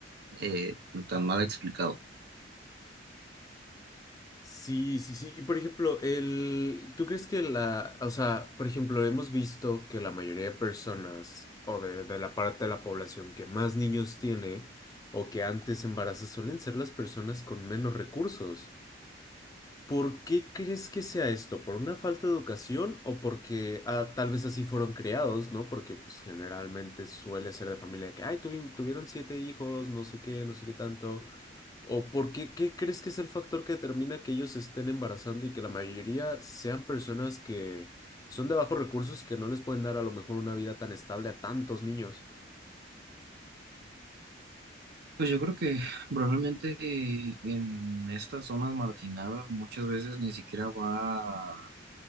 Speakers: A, on the right; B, on the left.
A: eh, tan mal explicado.
B: Sí, sí, sí. Y por ejemplo, el, ¿tú crees que la, o sea, por ejemplo, hemos visto que la mayoría de personas o de, de la parte de la población que más niños tiene o que antes embaraza suelen ser las personas con menos recursos? ¿Por qué crees que sea esto? ¿Por una falta de educación o porque ah, tal vez así fueron criados, ¿no? Porque pues generalmente suele ser de familia que, ay, tuvi- tuvieron siete hijos, no sé qué, no sé qué tanto. ¿O por qué, qué crees que es el factor que determina que ellos se estén embarazando y que la mayoría sean personas que son de bajos recursos y que no les pueden dar a lo mejor una vida tan estable a tantos niños?
A: Pues yo creo que probablemente eh, en estas zonas marginadas muchas veces ni siquiera va